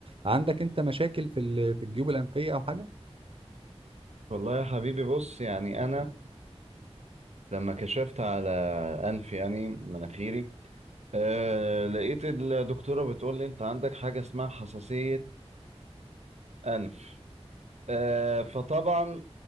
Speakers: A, on the right; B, on the right.
A: عندك انت مشاكل في ال- في الجيوب الانفية او حاجة
B: والله يا حبيبي بص يعني انا لما كشفت على انفي يعني مناخيري آه لقيت الدكتورة بتقول لي انت عندك حاجة اسمها حساسية انف آه فطبعا